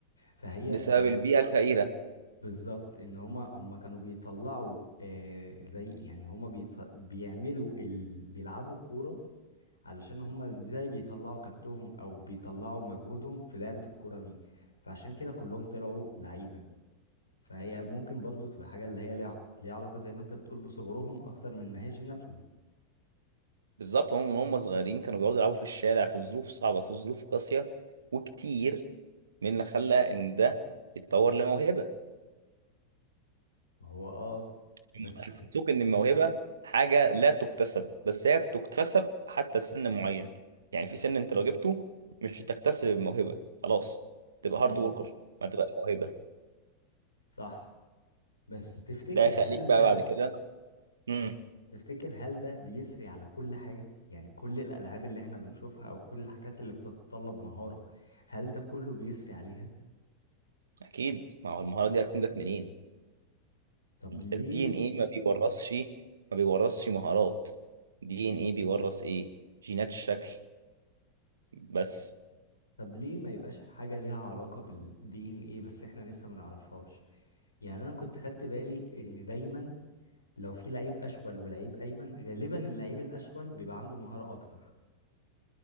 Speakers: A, on the left (about 80°); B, on the right (about 70°).
A: فهي
B: بسبب
A: كان
B: البيئة الفقيرة
A: بالظبط ان هما هما كانوا بيطلعوا آه زي يعني هما بيط... بيعملوا ال... بيلعبوا كورة علشان هما ازاي بيطلعوا كبتهم او بيطلعوا مجهودهم في لعبة الكرة دي فعشان كده كلهم طلعوا لعيبة فهي ممكن برضو تبقى حاجة اللي هي ليها عق- ليها علاقة زي ما انت بتقول بصغرهم اكتر من ان هي جيناتهم
B: بالظبط هم من هم صغيرين كانوا بيقعدوا يلعبوا في الشارع في ظروف صعبة في ظروف قاسية وكتير من اللي خلى ان ده يتطور لموهبة
A: ما هو اه بس
B: هم حسسوك ان الموهبه حاجه لا تكتسب بس هي بتكتسب حتى سن معين يعني في سن انت لو جبته مش هتكتسب الموهبه خلاص تبقى هارد
A: امم
B: وركر ما تبقاش موهبه
A: صح بس تفتكر
B: ده هيخليك
A: هل
B: بقى
A: ده
B: بعد كده امم
A: تفتكر هل ده بيسري على كل حاجة يعني كل الالعاب اللي احنا بنشوفها او كل الحاجات اللي بتتطلب مهارة هل ده كله بيسري عليها
B: اكيد ما هو المهاره دي هتكون جت منين
A: طب ليه
B: الدي ان ايه ما بيورثش ما بيورثش مهارات الدي ان ايه بيورث ايه جينات الشكل بس
A: طب ليه ما يبقاش حاجة ليها علاقة بالدي ان ايه بس احنا لسه ما نعرفهاش يعني انا كنت خدت بالي ان دايما لو في لعيب اشول ولعيب ايمن غالبا اللعيب الاشول بيبقى عنده مهارة اكتر